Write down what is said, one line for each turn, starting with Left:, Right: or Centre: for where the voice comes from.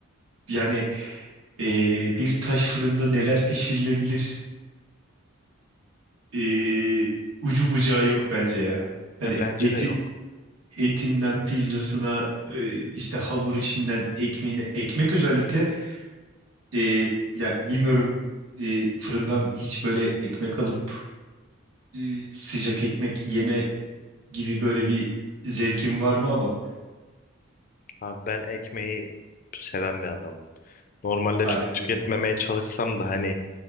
Right: yani e, bir taş fırında neler pişirilebilir e, ucu bucağı yok bence ya. Hani
Left: ya bence
Right: etin
Left: de yok.
Right: etinden pizzasına e, işte hamur işinden ekmeğine ekmek özellikle e, ya bilmiyorum e, fırından hiç böyle ekmek alıp e, sıcak ekmek yeme gibi böyle bir zevkin var mı ama?
Left: Abi ben ekmeği seven bir adam. Normalde
Right: Hadi
Left: çok
Right: buyurun.
Left: tüketmemeye çalışsam da hani